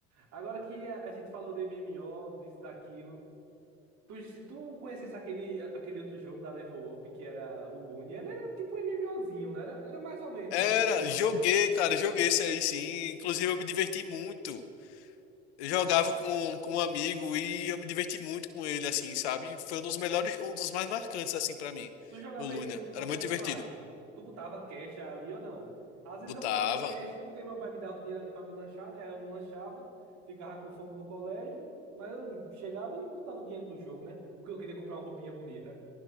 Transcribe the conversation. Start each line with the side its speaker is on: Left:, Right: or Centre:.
Right: Agora que a, a gente falou de MMO, disso, daquilo. Tu, tu conheces aquele, aquele outro jogo da Level Up que era o Lune? Ele era tipo um MMOzinho, né? Era, era mais ou menos,
Left: Era,
Right: né? Um MMO.
Left: joguei, cara, joguei esse aí sim. Inclusive eu me diverti muito. Eu jogava com, com um amigo e eu me diverti muito com ele, assim, sabe? Foi um dos melhores, um dos mais marcantes, assim, pra mim,
Right: Tu jogava
Left: o Luna.
Right: ele com qual
Left: Era muito
Right: personagem?
Left: divertido.
Right: Tu botava cash ali ou não? Às vezes
Left: Botava.
Right: eu botava cash porque meu pai me dava o dinheiro ali pra me lanchar, né? Aí eu não lanchava, ficava com fome no colégio, mas eu chegava e botava dinheiro no jogo, né? Porque eu queria comprar uma roupinha bonita.